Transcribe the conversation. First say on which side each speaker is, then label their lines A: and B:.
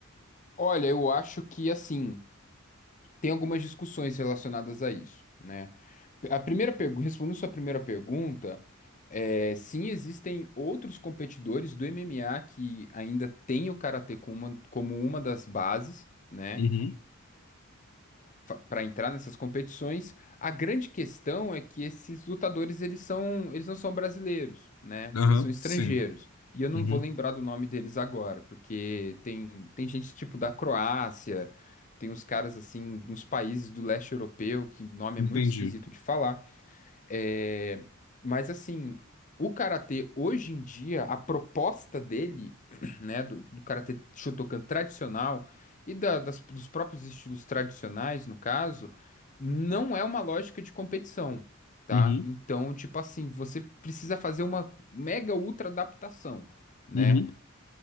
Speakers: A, on the left (about 35°); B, on the left (about 85°).
A: Olha, eu acho que assim, tem algumas discussões relacionadas a isso, né? A primeira pergunta, respondendo sua primeira pergunta, é, sim, existem outros competidores do MMA que ainda têm o karatê como uma, como uma das bases, né?
B: Uhum.
A: para entrar nessas competições. A grande questão é que esses lutadores eles são eles não são brasileiros, né?
B: Aham,
A: Eles são estrangeiros.
B: sim.
A: E eu não
B: Uhum.
A: vou lembrar do nome deles agora, porque tem, tem gente tipo da Croácia, tem uns caras assim, uns países do leste europeu que o nome
B: Entendi.
A: é muito esquisito de falar. É, mas assim, o karatê hoje em dia, a proposta dele, <clears throat> né, do, do karatê Shotokan tradicional e da- das- dos próprios estilos tradicionais, no caso, não é uma lógica de competição, tá?
B: Uhum,
A: Então, tipo assim, você precisa fazer uma mega ultra adaptação, né?
B: uhum,